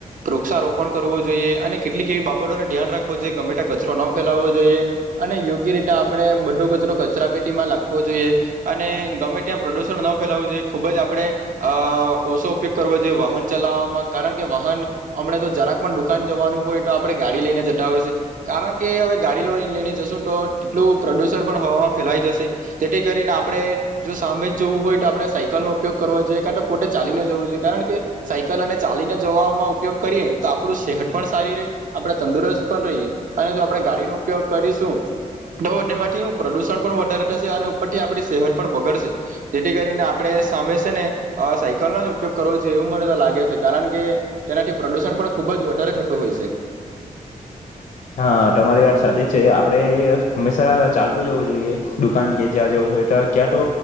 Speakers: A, on the right; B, on the left.
A: વૃક્ષારોપણ કરવું જોઈએ. અને કેટલીક એવી બાબતોને ધ્યાન રાખવું જોઈએ ગમે ત્યાં કચરો ન ફેલાવવો જોઈએ અને યોગ્ય રીતે આપણે બધો કચરો કચરા પેટીમાં નાખવો જોઈએ. અને ગમે ત્યાં પ્રદુષણ ન ફેલાવું જોઈએ. ખૂબ જ આપણે અ ઓછો ઉપયોગ કરવો જોઈએ વાહન ચલાવવામાં. કારણ કે વાહન હમણાં તો જરાક પણ દુકાન જવાનું હોય તો આપણે ગાડી લઈને જતા હોય છે કારણ કે હવે ગાડી લઈને જશું તો એટલું પ્રદૂષણ પણ હવામાં ફેલાઈ જશે. જેથી કરીને આપણે જો સામે જ જવું હોય તો આપણે સાયકલનો ઉપયોગ કરવો જોઈએ કા તો પોતે ચાલીને જવું જોઈએ. કારણ કે સાયકલ અને ચાલીને જવામાં ઉપયોગ કરીએ તો આપણું સેહત પણ સારી રહે આપણે તંદુરસ્ત પણ રહીએ. અને જો આપણે ગાડીનો ઉપયોગ કરીશું તો તેમાંથી પ્રદુષણ પણ વધારે થશે. અને ઉપરથી આપણી સેહત પણ બગડશે. જેથી કરીને આપણે સામે છે ને સાયકલનો જ ઉપયોગ કરવો જોઈએ એવું મને તો લાગે છે. કારણ કે તેનાથી પ્રદુષણ પણ ખુબ જ વધારે થતું હોય છે.
B: હા તમારી વાત સાચી છે આપણે હંમેશા ચાલતું જવું જોઈએ દુકાન કે જ્યાં જવું હોય ત્યાં ક્યાં તો